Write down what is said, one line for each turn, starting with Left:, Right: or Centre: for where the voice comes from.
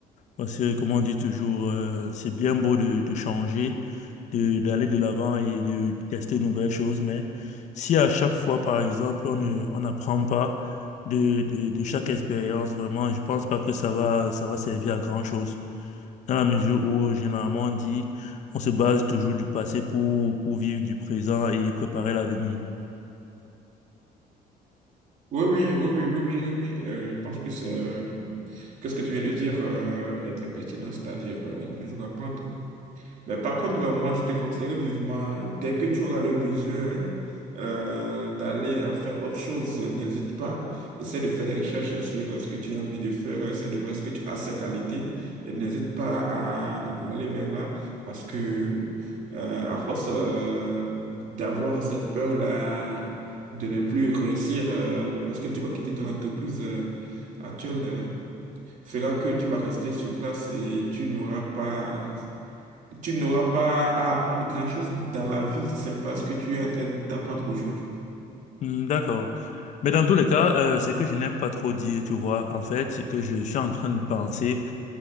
Left: Parce que, comme on dit toujours, euh, c'est bien beau de, de changer, de, d'aller de l'avant et de, tester de nouvelles choses, mais si à chaque fois, par exemple, on ne, on n'apprend pas de, de, de chaque expérience, vraiment, je pense pas que ça va, ça va servir à grand-chose. Dans la mesure où, généralement, on dit, on se base toujours du passé pour, pour vivre du présent et préparer l'avenir.
Right: Oui, oui, oui, oui, oui, oui, oui. oui. Euh, je pense que c'est, euh, que ce que tu viens de dire euh, est très pertinent, c'est-à-dire euh, il faut toujours apprendre. Mais par contre, euh, moi, je te conseille vivement, dès que tu auras le besoin euh, d'aller à faire autre chose, n'hésite pas. Essaie de faire des recherches sur euh, ce que tu as envie de faire, euh, essaie de voir ce que tu as, ces qualités, et n'hésite pas à, à aller vers là, parce que euh, à force euh, d'avoir cette peur-là de ne plus réussir euh, lorsque tu vas quitter ton entreprise euh, actuelle, euh, fera que tu vas rester sur place et tu n'auras pas tu n'auras pas à apprendre grand-chose dans la vie si ce n'est pas ce que tu es en train d'apprendre aujourd'hui.
Left: Hmm, D'accord. Mais dans tous les cas, euh, ce que je n'aime pas trop dire, tu vois, en fait, c'est que je suis en train de penser